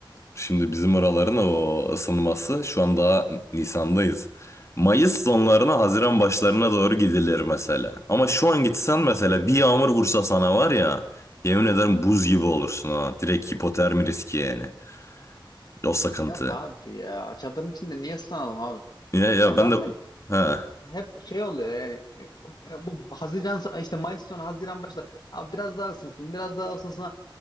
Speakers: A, on the left; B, on the left.
A: şimdi bizim oraların o ısınması şu an daha Nisan'dayız. Mayıs sonlarına Haziran başlarına doğru gidilir mesela. Ama şu an gitsen mesela bir yağmur vursa sana var ya yemin ederim buz gibi olursun ha. Direkt hipotermi riski yani. O sıkıntı.
B: Yok abi ya. Çadırın içinde niye ıslanalım abi?
A: Ya ya
B: Ya
A: ben
B: zaten
A: de ha.
B: hep şey oluyor yani e, e, bu Haziran işte Mayıs sonu Haziran başta abi biraz daha ısınsın biraz daha ısınsın